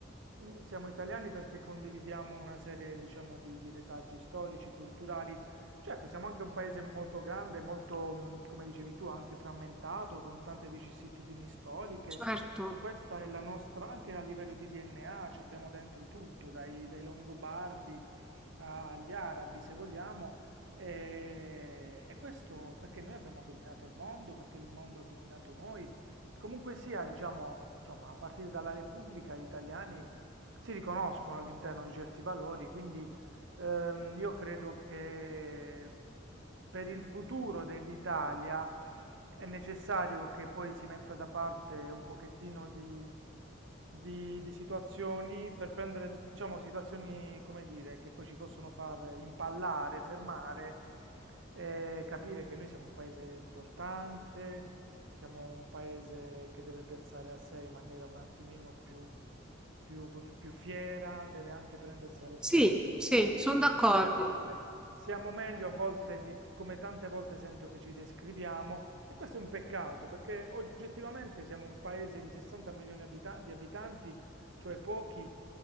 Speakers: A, on the right (about 70°); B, in the centre.
A: eh, siamo italiani perché condividiamo una serie, diciamo, di, di retaggi storici, culturali Certo, siamo anche un paese molto grande, molto, mh, come dicevi tu, anche frammentato, con tante vicissitudini storiche,
B: certo.
A: ma questa è la nostra, anche a livello di DNA, ci abbiamo dentro tutto, dai, dai Longobardi a- agli arabi, se vogliamo, e, e questo perché noi abbiamo dominato il mondo, perché il mondo ha dominato noi. Comunque sia, diciamo, insomma, a partire dalla Repubblica, gli italiani si riconoscono all'interno di certi valori, quindi ehm, io credo che per il futuro dell'Italia è necessario che poi si metta da parte un pochettino di, di- di situazioni per prendere, diciamo, situazioni, come dire, che poi ci possono far impallare, fermare, eh, capire che noi siamo un paese importante, siamo un paese che deve pensare a sé in maniera un attimino più più, più- più fiera, deve anche prendersi la responsabilità
B: Sì, sì,
A: di
B: sono
A: fare
B: d'accordo.
A: delle scelte, perché siamo meglio a volte di come tante volte sento che ci descriviamo e questo è un peccato perché oggettivamente siamo un paese di 60 milioni abita- di abitanti, cioè pochi,